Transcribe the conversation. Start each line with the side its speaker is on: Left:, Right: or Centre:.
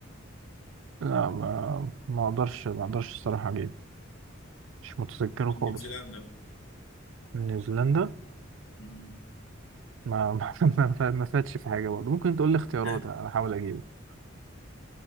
Right: لا ما ما اقدرش ما اقدرش الصراحة اجيب مش متذكره
Left: من
Right: خالص
Left: نيوزيلندا
Right: نيوزيلندا
Left: مم.
Right: ما <laughs> ما ما فا- ما فاتش في حاجة برضه ممكن تقول لي اختيارات
Left: <laughs>
Right: احاول اجيبه